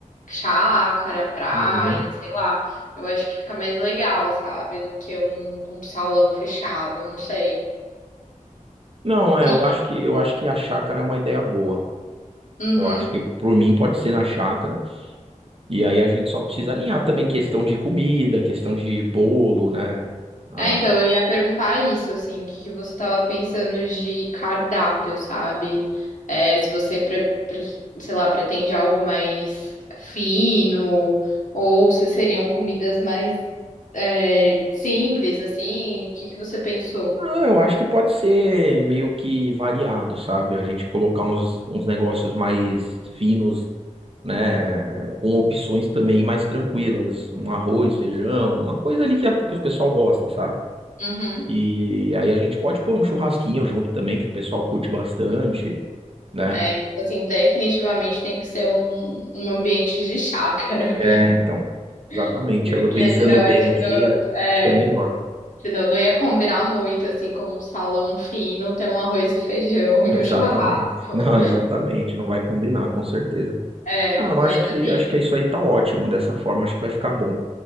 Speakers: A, on the left (about 70°); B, on the right (about 45°).
A: chácara, praia,
B: uhum.
A: sei lá. Eu acho que fica mais legal, sabe? Do que um, um salão fechado, não sei.
B: Não, é,
A: E,
B: eu acho que eu acho que a chácara é uma ideia boa.
A: uhum.
B: Eu acho que por mim pode ser na chácara. E aí a gente só precisa alinhar também questão de comida, questão de bolo, né? Ah,
A: É, então, eu ia perguntar isso, assim, o que que você tava pensando de cardápio, sabe? É, se você, pre- pre- sei lá, pretende algo mais fino, ou se seriam comidas mais, é, simples, assim, o que que você pensou?
B: ah, eu acho que pode ser meio que variado, sabe? A gente colocar uns, uns negócios mais finos, né? Com opções também mais tranquilas. Um arroz, feijão, uma coisa ali que, a- que o pessoal gosta, sabe?
A: Uhum.
B: E aí a gente pode pôr um churrasquinho junto também, que o pessoal curte bastante, né?
A: É, então, assim, definitivamente tem que ser um, um ambiente de chácara,
B: É, então, exatamente.
A: <laughs> porque
B: Agora pensando
A: senão
B: bem
A: acho
B: aqui,
A: que não.
B: é- acho
A: é,
B: que é melhor.
A: Senão não ia combinar muito, assim, com um salão fino, ter um arroz e feijão <laughs> e
B: Exatamente.
A: um churrasco.
B: <laughs> Não, exatamente, não vai combinar, com certeza.
A: É,
B: Não, eu
A: mas
B: acho que
A: assim,
B: acho que é isso aí tá ótimo dessa forma, acho que vai ficar bom.